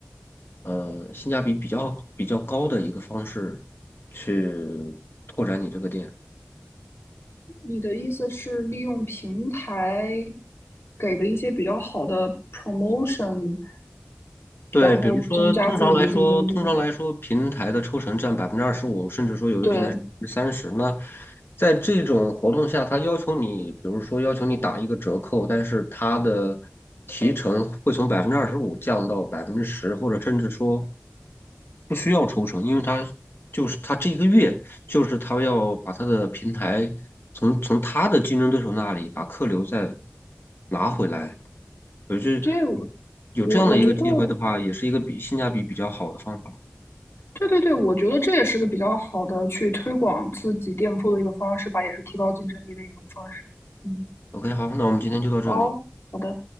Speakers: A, on the left; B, on the left.
A: 呃性价比比较比较高的一个方式去拓展你这个店。
B: 你的意思是利用平台给的一些比较好的 promotion，
A: 对，
B: 然后增加自己的竞争力？
A: 比如说，通常来说，通常来说，平台的抽成占百分之二十五，甚至说有的平台是百分之三十。
B: 对，
A: 那在这种活动下，他要求你，比如说要求你打一个折扣，但是他的提成会从百分之二十五降到百分之十，或者甚至说不需要抽成，因为他就是他这一个月就是他要把他的平台从从他的竞争对手那里把客流再拿回来。可是
B: 所以
A: 有这样的一个机会的话，
B: 我我觉得。
A: 也是一个比性价比比较好的方法。
B: 对对对，我觉得这也是个比较好的去推广自己店铺的一个方式吧，也是提高竞争力的一种方式。嗯，
A: OK，好，那我们今天就到这里。
B: 哦，好的。